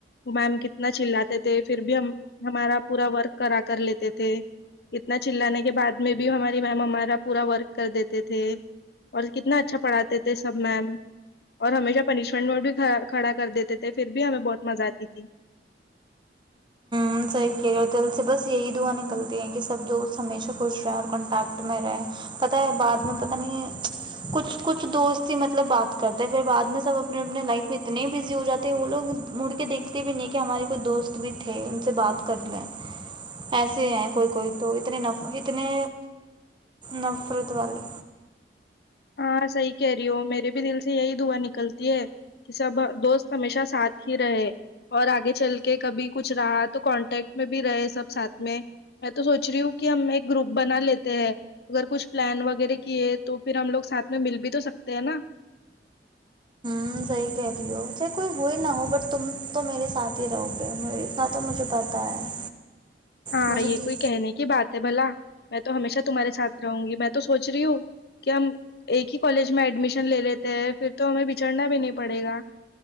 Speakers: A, on the left (about 60°); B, on the right (about 25°).
A: میم کتنا چلاتے تھے پھر بھی ہم ہمارا پورا ورک کرا کر لیتے تھے کتنا چللانے کے بع میں بھی ہماری میم ہمارا پورا ورک کر دیتے تھے اور کتنا اچھا پڑھاتے تھے سب میم اور ہمیشہ پنشمنٹ میں بھی کھڑا کر دیتے تھے پھر بھی ہمیں بہت مزہ آتی تھی
B: ح اور دل سے بس یہی دعاں نکلتی ہے کہ سب دوست ہمیشہ خوش رہے اور کنٹیکٹ میں رہے پتہ ہے بد میں پت نہیں ہے کچھ کچھ دوست ہی مطلب بات کرتے پھر بع میں سب اپنے اپنے لائف میں اتنے بزی ہو جاتے وہ لوگ مڑ کے دیکھتے بھی نہیں کہ ہمارے کوئی دوست بھی تھے سے بات کر لیں ایسے ہیں کوئی کوئی تو اتنے اتنے نفرت والے
A: ہاں صحیح کہہ رہی ہ ہو میرے بھی دل سے یہی دعا نکلتی ہے کہ سب دوست ہمیشہ ساتھ ہی رہے اور آگے چل کے کبھی کچھ رہا تو کانٹیکٹ میں بھی رہے سب سھ میں میں تو سوچ رہی ہوں کہ ہم ایک گروپ بنا لیتے ہیں اگر کچھ پلان وغیرہ کیے تو پھر ہم لوگ ساتھ میں مل بھی تو سکتے ہیں نا
B: ت صحیح کہہ رہی ہو چے کوئی ہوئی نہ ہو بٹ تم تو میرے ساتھ ہی رہو گے اتنا تو مجھے پتاہ ہے
A: ہاں
B: مجھے
A: یہ کوئی کہنے کی بات ہے بھلا میں تو ہمیشہ تمہارے ساتھ رہوں گی میں تو سوچ رہی ہوں کہ ہم ایک ہی کالج میں ایڈمیشن لے لیتے ہیں پھر تو ہمیں بچڑنا بھی نہیں پڑے گا